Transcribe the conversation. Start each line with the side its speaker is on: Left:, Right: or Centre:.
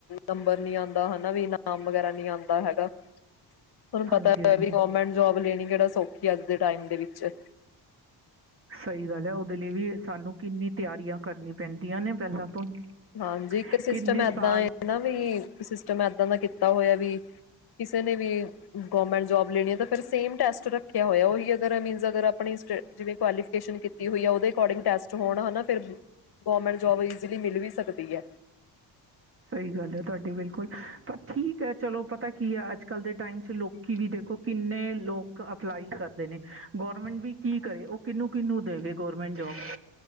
Left: ਨੰਬਰ ਨਹੀਂ ਆਉਂਦੇ। ਹਨਾ ਵੀ ਨਾਮ ਵਗੈਰਾ ਨਹੀਂ ਆਉਂਦਾ ਹੈਗਾ, ਤੁਹਾਨੂੰ ਪਤਾ
Right: ਹਾਂਜੀ ਹਾਂਜੀ
Left: ਵੀ ਗੌਰਮੈਂਟ ਨਹੀਂ ਕਿਹੜਾ ਸੌਖੀ ਅੱਜ ਦੇ ਟਾਈਮ ਦੇ ਵਿੱਚ
Right: ਸਹੀ ਗੱਲ ਹੈ, ਉਹਦੇ ਲਈ ਵੀ ਸਾਨੂੰ ਕਿੰਨੀ ਤਿਆਰੀਆਂ ਕਰਨੀ ਪੈਂਦੀਆਂ ਨੇ ਪਹਿਲਾਂ। ਤੋਂ ਹੀ।
Left: ਹਾਂਜੀ, ਇੱਕ ਸਿਸਟਮ
Right: ਕਿੰਨੇ
Left: ਏਦਾਂ
Right: ਸਾਲ
Left: ਨਾ ਵੀ, ਸਿਸਟਮ ਏਦਾਂ ਦਾ ਕੀਤਾ ਹੋਇਆ ਵੀ ਕਿਸੇ ਨੇ ਵੀ ਗੌਰਮੈਂਟ ਜੋਬ ਲੇਣੀ ਆ, ਤਾਂ ਫਿਰ ਸੇਮ ਟੈਸਟ ਰੱਖਿਆ ਹੋਇਆ, ਉਹੀ ਅਗਰ ਮੀਨ ਅਗਰ ਆਪਣੀ ਜਿਵੇਂ, ਕੁਆਲੀਫਿਕੇਸ਼ਨ ਕੀਤੀ ਹੋਈ ਆ, ਉਹਦੇ ਅਕੋਰਡਿੰਗ ਟੈਸਟ ਤੇ ਹੋਣ ਹਨਾ ਫਿਰ। ਗੌਰਮੈਂਟ ਜੋਬ ਈਜੀਲੀ ਮਿਲ ਵੀ ਸਕਦੀ। ਸਕਦੀ ਹੈ।
Right: ਸਹੀ ਗੱਲ ਹੈ ਤੁਹਾਡੀ ਬਿਲਕੁਲ, ਪਰ ਠੀਕ ਹੈ ਚਲੋ ਪਤਾ ਕੀ ਹੈ, ਅੱਜ -ਕੱਲ ਦੇ ਟਾਈਮ ਚ ਲੋਕੀ ਵੀ ਦੇਖੋ ਕਿੰਨੇ ਲੋਕ ਅਪਲਾਈ ਕਰਦੇ ਨੇ, ਗੌਰਮੈਂਟ ਵੀ ਕੀ ਕਰੇ, ਉਹ ਕਿਹਨੂੰ ਕਿਹਨੂੰ ਦੇਵੇ ਗੌਰਮੈਂਟ ਜੋਬ।